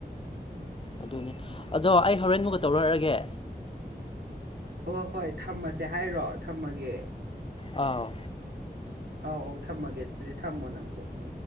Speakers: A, on the left; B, on the right.
A: ꯑꯗꯨꯅꯦ ꯑꯗꯣ ꯑꯩ ꯍꯣꯔꯦꯟꯃꯨꯛꯀ ꯇꯧꯔꯛꯑꯒꯦ
B: ꯍꯣꯏ ꯍꯣꯏ ꯊꯝꯃꯁꯦ ꯍꯥꯏꯔꯣ ꯊꯝꯃꯒꯦ
A: ꯑꯥꯎ
B: ꯑꯧ ꯑꯧ ꯊꯝꯃꯒꯦ ꯑꯗꯨꯗꯤ ꯊꯝꯃꯣ ꯅꯪꯁꯨ ꯎꯝ